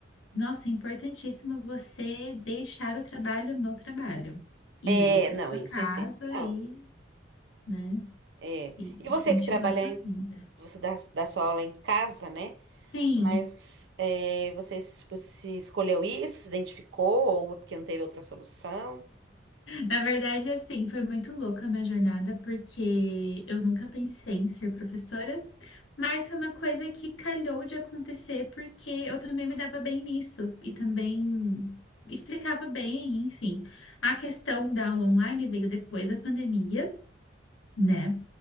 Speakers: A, on the left; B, on the right.
A: nossa, é importantíssimo você deixar o trabalho no trabalho e
B: É,
A: ir para
B: não,
A: sua
B: isso
A: casa
B: é essencial.
A: e, né,
B: É.
A: e,
B: E você
A: e continuar
B: que trabalha
A: sua
B: em,
A: vida.
B: você dá, dá sua aula em casa, né?
A: Sim,
B: Mas é, você tipo, se escolheu isso, se identificou, ou é porque não teve outra solução?
A: na verdade, assim, foi muito louca a minha jornada, porque eu nunca pensei em ser professora. Mas foi uma coisa que calhou de acontecer porque eu também me dava bem nisso e também explicava bem, enfim. A questão da aula online veio depois da pandemia, né?